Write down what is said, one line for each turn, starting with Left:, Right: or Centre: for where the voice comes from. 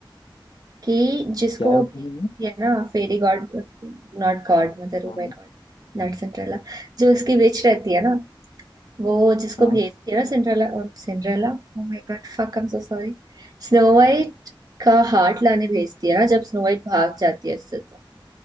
Right: कि जिसको
Left: क्या है
Right: वो
Left: उसमें
Right: भेजती
Left: में
Right: है ना fairy god not godmother
Left: हाँ
Right: Oh my
Left: हाँ
Right: God not Cinderella जो उसकी विच रहती है ना वो जिसको
Left: हाँ
Right: भेजती है ना Cinderella Cinderella oh my God fuck I am so sorry Snow White का हार्ट लाने भेजती है ना जब स्नो वाइट भाग जाती है उससे तो